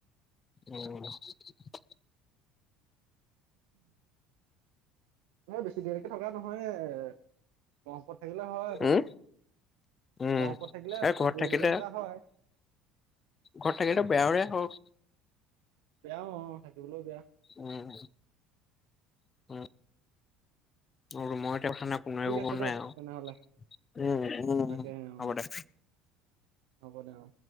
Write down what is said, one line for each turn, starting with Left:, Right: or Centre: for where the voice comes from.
Left: উম, <unintelligible>
Right: মই বেছি দেৰিকে থকা নহয় ঘৰৰ ওছৰত থাকিলে হয় বাৰু।
Left: উম উম,
Right: গহপুৰত থাকিলে
Left: এই ঘৰত
Right: দেৰিলৈকে
Left: থাকিলে
Right: থকা হয়।
Left: ঘৰত থাকিলে বেয়াৰে হওঁক
Right: বেয়াও অ' থাকিবলৈওঁ বেয়া।
Left: উম, <unintelligible> উম ন ম <inaudible> <unintelligible> থা নাই কোন আহিব
Right: ঠিক
Left: পৱা
Right: আছে দে
Left: নাই আৰু
Right: তেনেহলে তাকে অ
Left: হ'ব দে।
Right: হ'ব দে অ'।